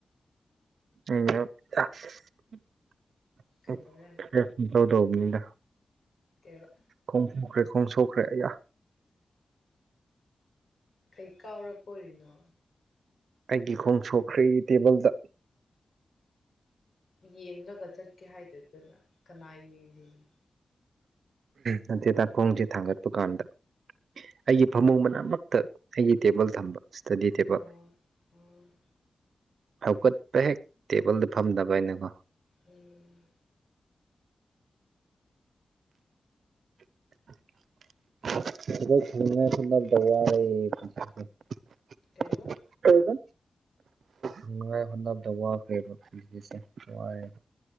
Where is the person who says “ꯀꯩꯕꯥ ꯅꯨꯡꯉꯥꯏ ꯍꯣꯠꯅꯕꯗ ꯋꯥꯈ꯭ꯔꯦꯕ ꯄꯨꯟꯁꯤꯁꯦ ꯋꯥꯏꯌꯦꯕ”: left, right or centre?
Right